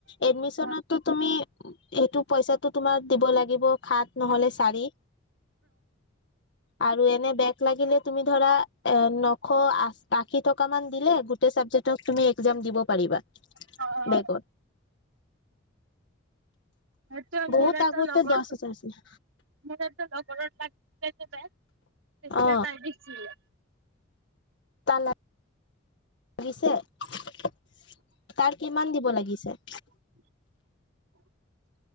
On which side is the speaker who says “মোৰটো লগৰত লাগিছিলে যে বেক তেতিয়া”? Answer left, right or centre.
Right